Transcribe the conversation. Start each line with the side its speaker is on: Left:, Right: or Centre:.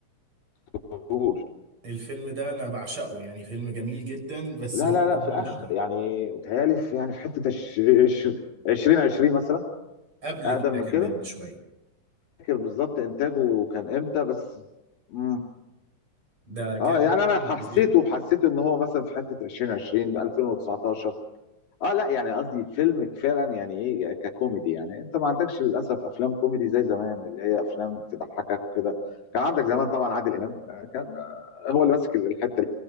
Left: شفتوش
Right: الفيلم ده انا بعشقه يعني فيلم جميل جدا بس
Left: لا
Right: هو
Left: لا
Right: قديم
Left: لا في اخر
Right: شويه
Left: يعني متهيألي في يعني في حته الش- الش- 2020 مثلا
Right: قبل
Left: اقدم
Right: كده
Left: من
Right: كمان
Left: كده
Right: بشويه
Left: فاكر بالظبط انتاجه كان امتى بس مم.
Right: ده
Left: اه
Right: كان
Left: يعني
Right: فيلم
Left: انا حسيته
Right: فظيع
Left: حسيته ان هو مثلا في حته 2020 2019 اه لا يعني قصدي فيلم فعلا يعني يعني ايه ككوميدي يعني انت ما عندكش للاسف افلام كوميدي زي زمان اللي هي افلام تضحكك وكده كان عندك زمان طبعا عادل امام آه، كان آه، هو اللي ماسك الحته